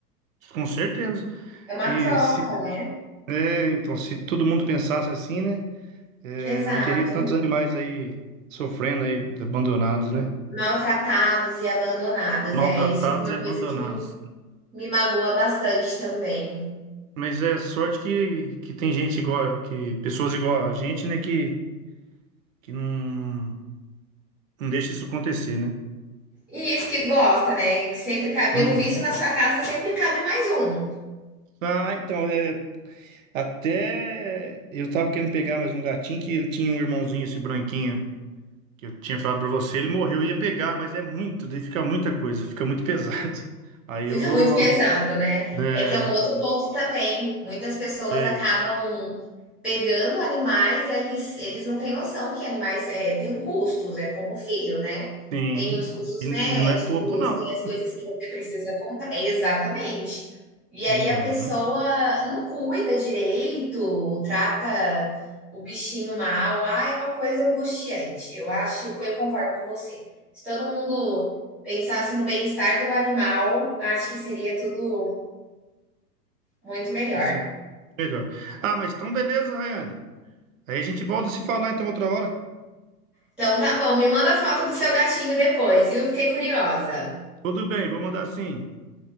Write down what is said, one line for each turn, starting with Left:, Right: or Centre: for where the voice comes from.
Right: Com certeza.
Centre: É uma
Right: E
Centre: troca,
Right: se,
Centre: né?
Right: é, então, se todo mundo pensasse assim, né? é,
Centre: Exato.
Right: não teria tantos animais aí sofrendo aí, abandonados, né?
Centre: Maltratados e abandonados.
Right: Maltratados
Centre: É, isso é uma
Right: e abandonados.
Centre: coisa que me magoa bastante também.
Right: Mas é sorte que, que tem gente igual, que pessoas igual a gente, né? Que, que não, não deixa isso acontecer, né?
Centre: E isso que gosta, né? Que sempre cabe, pelo
Right: Uhum.
Centre: visto, na sua casa sempre cabe mais um.
Right: Ah, então, é, até eu tava querendo pegar mais um gatinho que ele tinha um irmãozinho, esse branquinho, que eu tinha falado pra você, ele morreu, eu ia pegar, mas é muito, daí fica muita coisa, fica muito pesado. <laughs> Aí
Centre: Fica
Right: eu vou.
Centre: muito pesado, né?
Right: É,
Centre: É que é um outro ponto também. Muitas pessoas
Right: é
Centre: acabam
Right: isso.
Centre: pegando animais e eles, eles não têm noção que animais é, têm custos, é como filho, né?
Right: Sim.
Centre: Tem os custos
Right: E, e
Centre: médicos,
Right: não é pouco, não.
Centre: tem as coisas que você precisa comprar. É, Exatamente. E aí
Right: Uhum.
Centre: a pessoa não cuida direito, trata o bichinho mal. Ah, é uma coisa angustiante. Eu acho, eu concordo com você. Se todo mundo pensasse no bem-estar do animal, eu acho que seria tudo muito melhor.
Right: Esse é melhor. Ah, mas então beleza, Rayane. Aí a gente volta a se falar então outra hora.
Centre: Então tá bom, me manda a foto do seu gatinho depois, viu? Fiquei curiosa.
Right: Tudo bem, vou mandar assim.